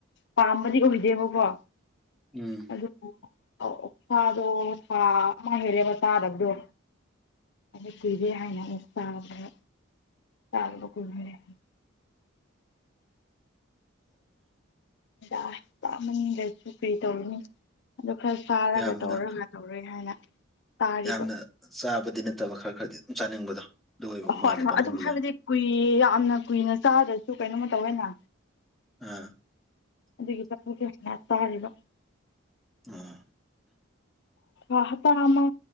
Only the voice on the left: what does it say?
ꯄꯥꯝꯕꯗꯤ ꯑꯣꯏꯗꯦꯕꯀꯣ
ꯑꯗꯨꯕꯨ ꯑꯣꯛꯁꯥꯗꯣ ꯊꯥ ꯑꯃ ꯍꯦꯜꯂꯦꯕ ꯆꯥꯗꯕꯗꯣ ꯑꯗꯨ ꯀꯨꯏꯔꯦ ꯍꯥꯏꯅ ꯑꯩꯅ ꯆꯥꯕꯅꯦꯕ ꯆꯥꯗꯕ ꯀꯨꯏꯔꯦ ꯍꯥꯏꯅ ꯆꯥꯏ ꯆꯥꯃꯟꯗꯁꯨ ꯀ꯭ꯔꯤ ꯇꯧꯔꯨꯅꯤ ꯑꯗꯣ ꯈꯔ ꯆꯥꯔꯒ
ꯇꯧꯔꯒ ꯇꯧꯔꯦ ꯍꯥꯏꯅ ꯇꯥꯔꯤꯕ
ꯍꯣꯏ
ꯍꯣꯏ ꯑꯗꯨꯝ
ꯍꯥꯏꯕꯗꯤ ꯀꯨꯏ ꯌꯥꯝꯅ ꯀꯨꯏꯅ ꯆꯥꯗ꯭ꯔꯁꯨ ꯀꯩꯅꯣꯝꯃ ꯇꯧꯋꯦꯅ
ꯑꯗꯨꯒꯤ <unintelligible> ꯆꯥꯔꯤꯕ
ꯑ ꯍꯥꯞꯇꯥ ꯑꯃ